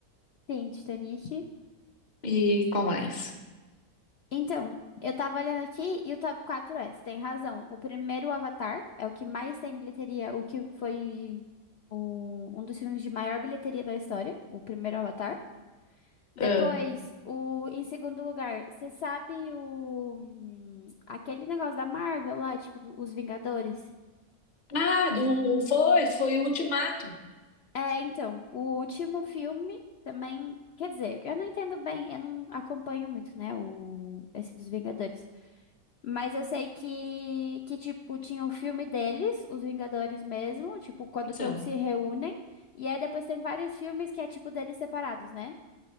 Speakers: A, on the left; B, on the left.
A: sim, Titanic.
B: e qual mais?
A: Então, eu tava olhando aqui e o top 4 é, você tem razão. O primeiro, o Avatar, é o que mais tem bilheteria, o que foi o- um dos filmes de maior bilheteria da história, o primeiro Avatar. Depois,
B: Ah,
A: o, em segundo lugar, você sabe o, hum, aquele negócio da Marvel lá, tipo, do- os Vingadores?
B: ah, do foi, foi o Ultimato.
A: É, então, o último filme também, quer dizer, eu não entendo bem, eu não acompanho muito, né, o, esse dos Vingadores. Mas eu sei que, que, tipo, tinha o filme deles, os Vingadores mesmo, tipo, quando
B: São.
A: todos se reúnem. E aí depois tem vários filmes que é, tipo, deles separados, né?